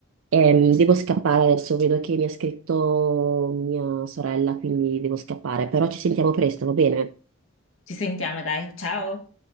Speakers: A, on the right; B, on the left.
A: Ehm, devo scappare adesso, vedo che mi ha scritto mia sorella, quindi devo scappare, però ci sentiamo presto, va bene?
B: Ci sentiamo, dai. Ciao.